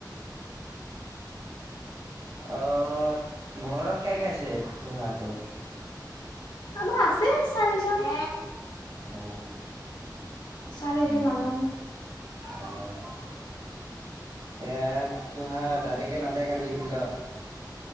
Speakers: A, on the right; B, on the left.
A: অ ঘৰত কাইকে আছে তহাতৰ
B: আমাৰ আছে চাৰিজন
A: অ
B: চাৰিজন
A: উম
B: মানুহ আমি
A: অ এতিয়া তোহাৰ দাদেকে নাযায় কালি ফিল্ডত